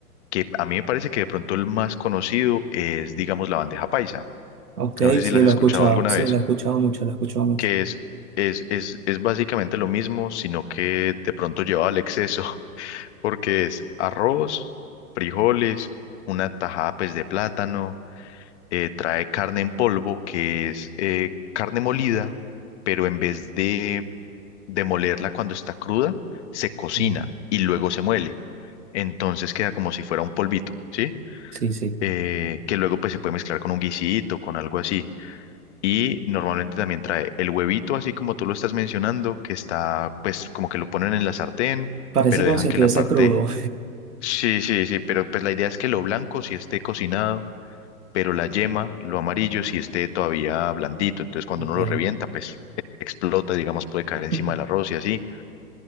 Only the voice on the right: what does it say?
Ok,
sí,
lo
he escuchado,
sí,
lo he escuchado mucho, lo he escuchado mucho.
Sí,
sí. sí.
Parece
como
si estuviese
crudo.
Ok.
<laughs>